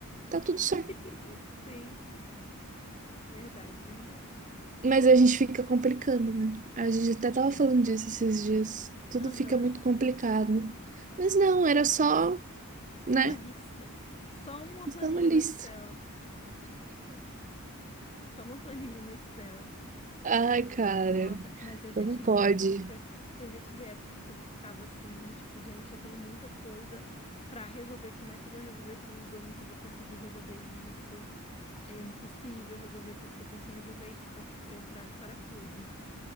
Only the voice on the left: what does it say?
<laughs>
Sim, verdade, verdade.
É.
Aham.
Uma lista. Só uma
planilha
no Excel. Só uma planilha no Excel.
Nossa, mas eu já
tive
época, eu já tive época que eu ficava assim, do tipo, gente, eu tenho muita coisa pra resolver, como é que eu vou resolver tudo? Eu nunca vou conseguir resolver isso. É impossível resolver tudo que eu tenho que resolver, e, tipo, eu entrava em parafuso.